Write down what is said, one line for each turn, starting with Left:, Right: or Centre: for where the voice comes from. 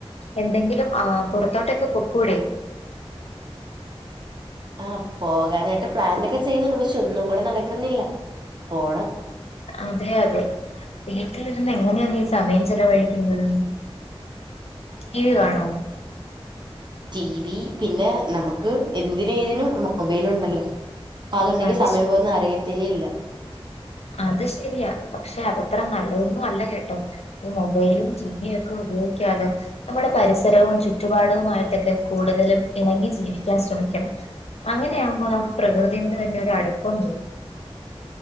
Left: എന്തെങ്കിലും ആഹ് പുറത്തോട്ടൊക്കെ പൊക്കൂടെ?
Right: ആഹ് പോകാനായിട്ട് പ്ലാനൊക്കെ ചെയ്യുന്നുണ്ട്, പക്ഷെ ഒന്നും കൂടെ നടക്കുന്നില്ല. പോണം.
Left: അതെ അതെ. വീട്ടിലിരുന്ന് എങ്ങനെയാണ് ഈ സമയം ചെലവഴിക്കുന്നത്? ടീ വി കാണോ?
Right: T V. പിന്നെ നമ്മുക്ക് എന്തിന് ഏതിനും മൊബൈൽ ഉണ്ടല്ലോ. അപ്പൊ അതുണ്ടെങ്കി
Left: അത്
Right: സമയം
Left: ശ
Right: പോകുന്നെ അറിയത്തേ ഇല്ല.
Left: അത് ശരിയാ, പക്ഷെ അതത്ര നല്ലതൊന്നും അല്ല കേട്ടോ. ഈ മൊബൈലും ടിവിയും ഒക്കെ ഉപയോഗിക്കാതെ നമ്മുടെ പരിസരവും ചുറ്റുപാടവുമായി <unintelligible> കൂടുതലും ഇണങ്ങി ജീവിക്കാൻ ശ്രമിക്കണം. അങ്ങനെയാകുമ്പോ നമ്മുക്ക് പ്രകൃതിയോടെ തന്നെ ഒരു അടുപ്പം ഉണ്ട്.